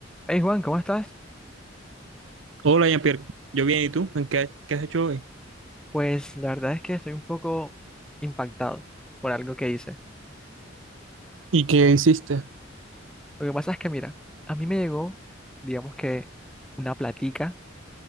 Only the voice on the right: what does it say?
Hola, Jean-Pierre. Yo bien, ¿y tú? ¿En qué, qué has hecho hoy?
¿Y qué hiciste?